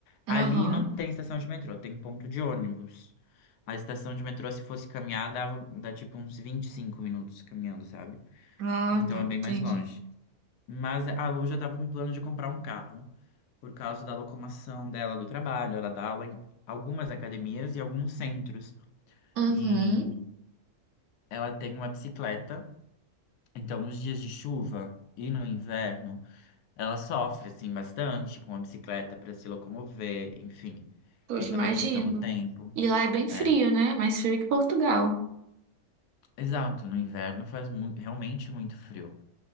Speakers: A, on the right; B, on the left.
A: Aham.
B: Ali não tem estação de metrô, tem ponto de ônibus. A estação de metrô, se fosse caminhar, dava, dá tipo uns 25 minutos caminhando, sabe?
A: Ah,
B: Então
A: tá, entendi.
B: é bem mais longe. Mas a Lu já tava com plano de comprar um carro, por causa da locomoção dela do trabalho. Ela dá aula em algumas academias e alguns centros.
A: Uhum.
B: E ela tem uma bicicleta, então nos dias de chuva e no inverno, ela sofre assim bastante com a bicicleta para se locomover, enfim,
A: Poxa,
B: tem toda
A: imagino.
B: a questão do tempo.
A: E lá é bem
B: É,
A: frio, né? Mais frio que Portugal.
B: exato, no inverno faz mu- realmente muito frio.